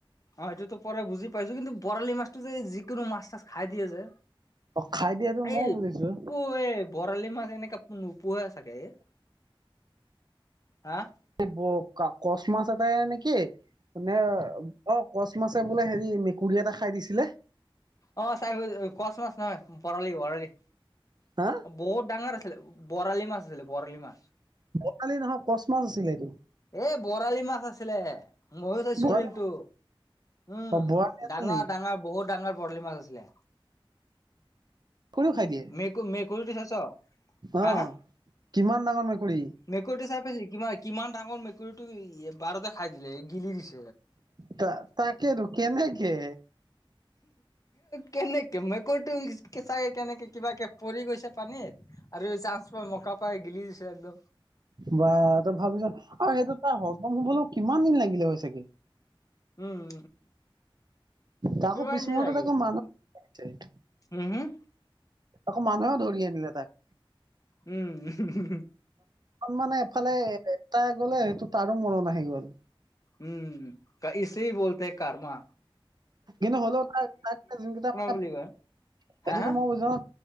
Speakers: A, on the left; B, on the right.
A: অ এইটোতো পৰে বুজি পাইছো কিন্তু বৰালি মাছ টো যে যিকোনো মাছ তাছ খাই দিয়ে যে
B: অ খাই দিয়ে সেইটো
A: এই
B: ময়ও বুজিছো
A: পোৱেব বৰালি মাছ এনেকে নোপোহে চাগে এ হা
B: এই ব কচ মাছ এটাই নেকি মানে অ কচ মাছে বোলে হেৰি মেকুৰী এটা খাই দিছিলে
A: অ চাই কচ মাছ নহয় বৰালি বৰালি
B: হা
A: বহুত ডাঙৰ আছিলে বৰালি মাছ আছিলে বৰালি মাছ
B: বৰালি নহয় কচ মাছ আছিলে এইটো
A: এই বৰালি মাছ আছিলে ময়ো চাইছো
B: বৰালি
A: ৰেলটো উম
B: অ বৰালি আছিল
A: ডাঙৰ
B: নেকি
A: ডাঙৰ বহুত ডাঙৰ বৰালি মাছ আছিলে
B: মেকুৰীও খাই দিয়ে
A: মেকু মেকুৰীটো চাইছ
B: অ
A: হা হা
B: কিমান ডাঙৰ মেকুৰী
A: মেকুৰীটো চাই পাইছে কিমান কিমান ডাঙৰ মেকুৰীটো এবাৰতে খাই দিলে গিলি দিছ
B: তা তাকেতো কেনেকে
A: কেনেকে মেকুৰীটো কেঁচাই কেনেকে কিব কে পৰি গৈছে পানীত আৰু চান্স পাই মকা পাই গিলি দিছে একদম
B: বা তই ভাব চোন আও সেইটো তাৰ হজম হুবলো কিমান দিন লাগিলে হয় চাগে
A: উম
B: তাকো
A: কিমান
B: পিছমূহুৰ্তত
A: দিন লাগিব
B: আকৌ <unintelligible>
A: উম হোম
B: আকৌ মানুহেও ধৰি আনিলে তাক
A: উম উ <unintelligible>
B: মানে এফালে এটা গলে সেইটো তাৰো মৰণ আহি গ'ল।
A: উম কা ইছেই বোলতে কাৰৰ্মা।
B: কিন্তু হ'লেও তাৰ তাক এতিয়া যোনকেইটা মানে
A: বুলি কয়
B: সেইটোতো
A: হা হা
B: মইও বুজো,